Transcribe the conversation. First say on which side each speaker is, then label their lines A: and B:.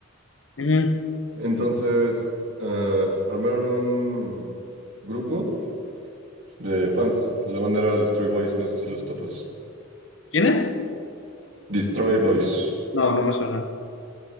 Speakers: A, on the left; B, on the right.
A: Ujú.
B: Entonces, ah, armaron un grupo de fans. La banda era Destroy Boys, no sé si los topas.
A: ¿Quién es?
B: Destroy Boys.
A: No, no me suena.